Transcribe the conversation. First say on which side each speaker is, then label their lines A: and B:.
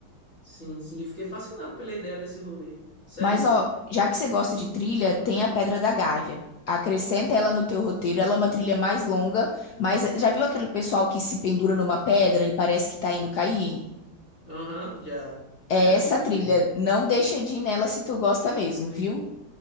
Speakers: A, on the left; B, on the left.
A: Sim, sim, eu fiquei fascinado pela ideia desse rolê. Sério?
B: Mas ó, já que você gosta de trilha, tem a Pedra da Gávea. Acrescenta ela no teu roteiro. Ela é uma trilha mais longa, mas já viu aquele pessoal que se pendura numa pedra e parece que tá indo cair?
A: Aham, já, <laughs>
B: É
A: já
B: essa
A: vi também.
B: trilha. Não deixa de ir nela se tu gosta mesmo, viu?